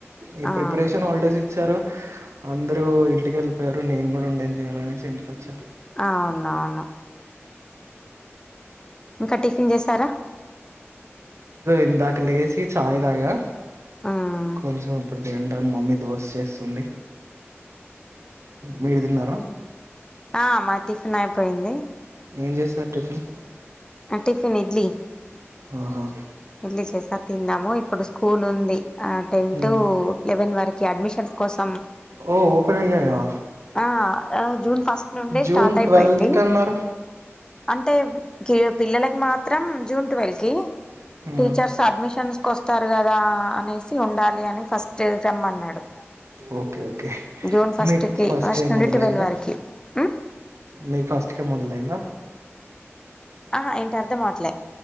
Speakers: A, on the right; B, on the left.
A: ఈ
B: ఆ
A: ప్రిపరేషన్ హాలిడేస్ ఇచ్చారు అందరూ ఇంటికి వెళ్ళిపోయారు నేను కూడా ఉండేం చెయాలనేసి ఇంటికి వచ్చా
B: ఆ అవునా అవును ఇంకా టిఫిన్ చేశారా
A: ందాక లేచి చాయ్ దాగా
B: మ్మ్.
A: కొంచెం ఇప్పుడు ంటాను మమ్మీ దోశ చేస్తుంది మీరు తిన్నారా
B: ఆ మా టిఫిన్ అయిపోయింది
A: ఏం చేసారు టిఫిన్
B: టిఫిన్ ఇడ్లీ
A: ఆహా
B: ఇడ్లీ చేసా తిన్నాము ఇప్పుడు స్కూల్ ఉంది ఆ టెన్
A: మ్మ్.
B: టు లెవెన్ వరకు అడ్మిషన్స్ కోసం
A: ఓ ఓపెన్ అయ్యాయా
B: ఆ జూన్ ఫస్ట్ నుండే
A: జూన్
B: స్టార్ట్ అయిపోయింది
A: ట్వెల్త్ అన్నారు
B: అంటే పిల్లలకి మాత్రం జూన్ ట్వెల్్ కి
A: మ్మ్.
B: టీచర్స్ అడ్మిషన్స్ వస్తారు కదా అనేసి ఉండాలి అని ఫస్ట్ రమ్మన్నాడు
A: ఓకే ఓకే
B: జూన్
A: మీకు
B: కి
A: ఫస్ట్ ే
B: నుండి
A: మొదలైంద
B: ట్వెల్వ్ వరకి ఉమ్
A: మీ ఫస్ట్ మొదలైంద
B: ఆా ఏంటి అర్థంమవట్లే